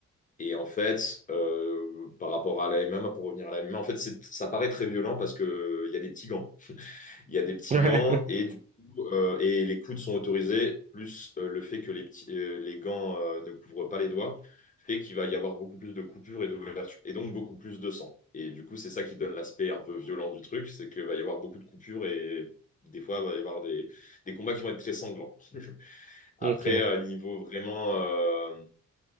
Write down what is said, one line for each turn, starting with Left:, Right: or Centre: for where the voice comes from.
Left: et en fait, euh, par rapport à la MMA, pour revenir à la MMA, en fait, c'est- ça paraît très violent parce que il y a des petits gants. Il y a des petits
Right: Ouais.
Left: gants
Right: <laughs>
Left: et du coup, euh, et les coudes sont autorisés, plus euh, le fait que les petits, euh, les gants euh, ne couvrent pas les doigts, fait qu'il va y avoir beaucoup plus de coupures et d'ouvertures, et donc beaucoup plus de sang. Et du coup, c'est ça qui donne l'aspect un peu violent du truc, c'est qu'il va y avoir beaucoup de coupures et des fois, il va y avoir des, des combats qui vont être très sanglants. Après,
Right: Ok.
Left: euh, niveau vraiment euh,